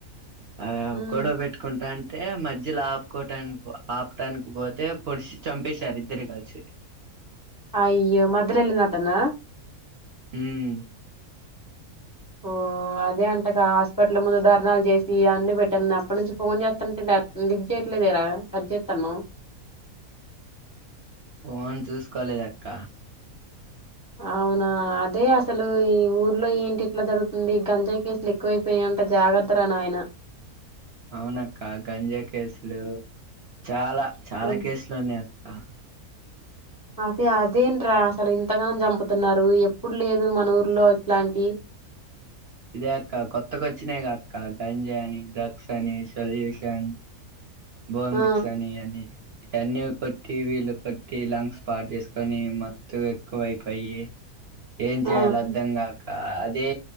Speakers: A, on the right; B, on the left.
A: ఆ
B: ఉమ్
A: గొడవ పెట్టుకుంటాన్ టే మధ్యలో ఆపుకోటానికి, ఆపటానికి పోతే పొడిసి చంపేశారు ఇద్దరు కలిసి.
B: అయ్యో మధ్యలో వెళ్ళిన అతనా
A: ఉమ్
B: ఓ ఓ అదే అంటగా హాస్పిటల్ ముందు ధర్నాలు చేసి, అన్ని పెట్టాను న అప్పటి నుంచి ఫోన్ చేస్తుంటే లిఫ్ట్ చే ట్లేదరా కట్ జెత్తనవ్
A: ఫోన్ చూసుకోలేద్ అక్క
B: అవునా అదే అసలు ఈ ఊర్లో ఏంటి ఇట్లా జరుగుతుంది, గంజాయి కేసులు ఎక్కువైపోయా. అంట జాగ్రత్త రా నాయన
A: అవునక్క గంజాయి కేసులు చాలా, చాలా
B: ఉమ్.
A: కేసులు ఉన్నయి అ
B: అదే అదేంట్రా అసలు ఇంతగానం చంపుతున్నారు, ఎప్పుడు లేదు మన ఊర్లో ఇట్లాంటి.
A: ఇదే అక్క కొత్త గొచ్చినాయిగాక్క గంజాయ్ అని డ్రగ్స్ అని సొల్యూషన్ బోబ్మిక్స్
B: ఆ
A: ని అని టన్నీవి కొట్టి వీళ్లుు కొట్టి లంగ్స్ పార్ చేసుకొని మత్తు ఎక్కువ అయిపోయి ఏం చేయాల
B: ఆ
A: అర్ధంగాక అదే